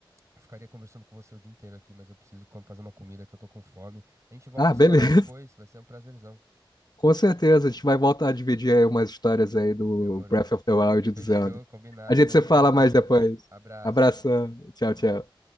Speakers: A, on the right; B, on the left.
A: eu ficaria conversando com você o dia inteiro aqui, mas eu preciso com- fazer uma comida que eu tô com fome. A gente volta
B: Ah,
A: a
B: beleza.
A: se falar depois,
B: <laughs>
A: vai ser um prazerzão.
B: Com certeza, a gente vai voltar a dividir aí umas histórias aí do
A: Demorou.
B: Breath of the Wild e do
A: Fechou,
B: Zelda.
A: combinado.
B: A gente
A: Tamo
B: se fala
A: junto,
B: mais
A: amigo.
B: depois.
A: Abraço.
B: Abração. Tchau, tchau.